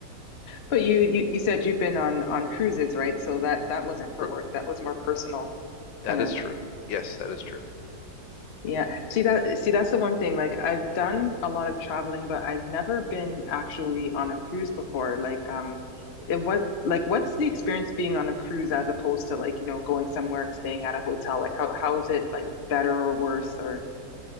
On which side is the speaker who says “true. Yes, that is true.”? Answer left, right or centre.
Left